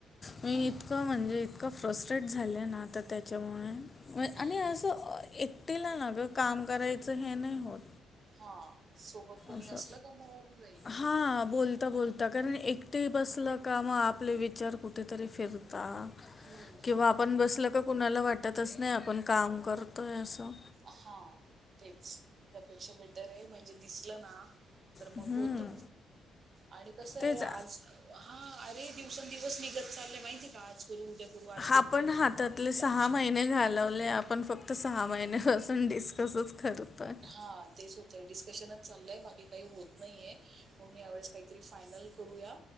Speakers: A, on the right; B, on the left.
A: हम्म
B: मी इतकं म्हणजे इतकं फ्रस्ट्रेट झालं ना आता त्याच्यामुळे.
A: हम्म
B: आणि असं एकटीला ना ग काम करायचं हे नाही होत.
A: हा सोबत कोणी
B: असं
A: असलं का मग होऊन जाईल काही
B: हा
A: नाही एवढं
B: बोल बोलता बोलता कारण एकटे बसलं का म आपले विचार कुठेतरी फिरता
A: हम्म
B: किंवा आपण बसल का कुणाला वाटतच नाही आपण काम करतोय असं.
A: हा तेच त्यापेक्षा बेटर आहे म्हणजे दिसलं ना तर
B: हम्म.
A: मग होत आणि कस आहे
B: तेच
A: आज हा अरे दिवसंदिवस निघत चाललंय माहिती काज करू उद्या करू आज करू
B: आपण
A: उद्या करू
B: हातातले
A: आपला
B: सहा
A: विषय
B: महिने घालवले. आपण फक्त सहा महिन्यापासून डिस्कसच करतोय.
A: हा तेच होतय डिस्कशनच चाललंय बाकी काही होत नाहीे पण मी यावेेळेस काही री फायनल करूया